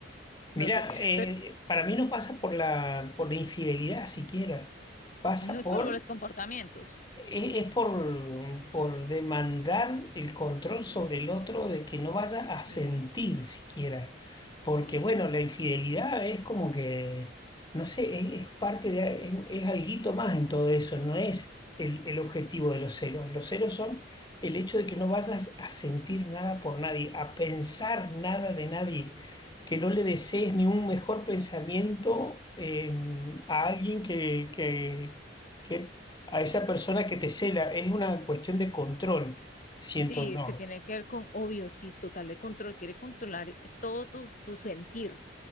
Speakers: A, on the left; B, on the left.
A: Mira,
B: no sé,
A: eh,
B: pero
A: para mí no pasa por la, por la infidelidad siquiera, pasa
B: No es
A: por
B: como los comportamientos.
A: e- Es por, por demandar el control sobre el otro de que no vaya
B: sí,
A: a sentir siquiera.
B: sí,
A: Porque, bueno, la infidelidad es como que, no sé, es, es parte de, es, es alguito más en todo eso, no es el, el objetivo de los celos. Los celos son el hecho de que no vayas a sentir nada por nadie, a pensar nada de nadie, que no le
B: sí,
A: desees ni un mejor pensamiento eh, a alguien que, que- que a esa persona que te cela. Es una cuestión de control, siento
B: Sí,
A: yo.
B: es que tiene que ver con, obvio, sí, total de control, quiere controlar eh, todo tu, tu sentir.